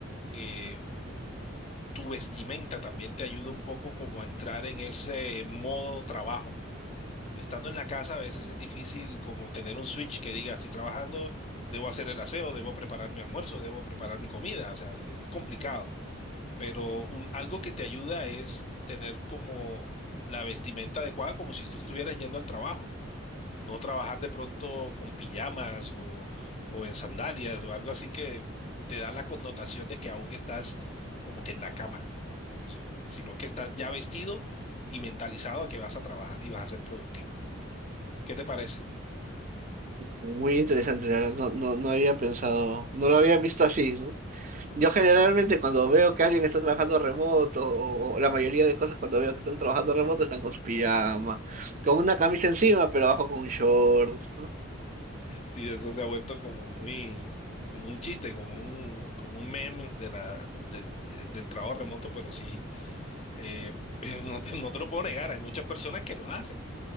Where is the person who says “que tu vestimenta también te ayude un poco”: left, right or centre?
Left